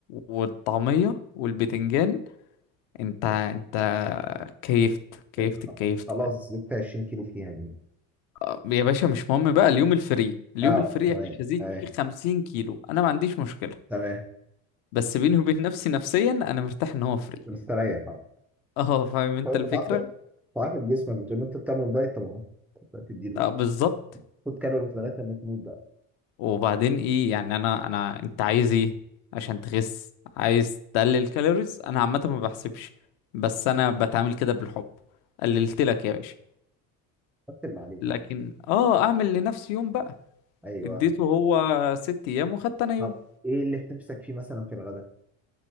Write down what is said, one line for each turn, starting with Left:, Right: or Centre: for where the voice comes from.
Left: والطعميه والبتنجان انت انت كيفت كيفت
Centre: انت خ-
Left: كيفت
Centre: انت خلاص
Left: يعني
Centre: زدت 20 كيلو فيها دي
Left: آه، يا باشا مش مهم بقى اليوم الفري اليوم
Centre: اه
Left: الفري
Centre: تمام
Left: مش هزيد
Centre: اه
Left: فيه 50 كيلو انا ما عنديش مشكله
Centre: تمام
Left: بس بيني وبين نفسي نفسيا انا مرتاح ان هو فري
Centre: مستريح اه
Left: اه فاهم انت
Centre: طيب،
Left: الفكره
Centre: بتعرف بتعرف جسمك بتقول انت بتعمل دايت طبعا تديله
Left: اه بالظبط
Centre: خد كالوريز لغايه لما تموت بقى
Left: وبعدين ايه يعني انا انا انت عايز ايه عشان تخس عايز تقلل كالوريز انا عامه ما بحسبش بس انا بتعامل كده بالحب قللت لك يا باشا
Centre: بس اللي عليك
Left: لكن اه اعمل لنفسي يوم بقى
Centre: ايوه
Left: اديته هو ست ايام وخدت انا يوم
Centre: طب ايه اللي في نفسك فيه مثلا في الغداء